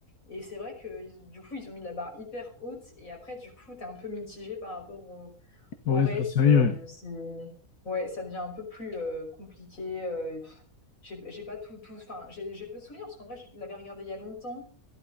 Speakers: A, on the left; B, on the left.
A: Et c'est vrai que ils- du coup ils ont mis la barre hyper haute. Et après du coup t'es un peu mitigé par rapport au
B: Dans
A: au
B: le reste
A: reste,
B: de la série,
A: heu,
B: ouais.
A: c'est ouais, ça devient un peu plus, heu, compliqué, heu, j'ai j'ai pas tout tout enfin, j'ai j'ai peu de souvenirs parce qu'en vrai, je l'avais regardé il y a longtemps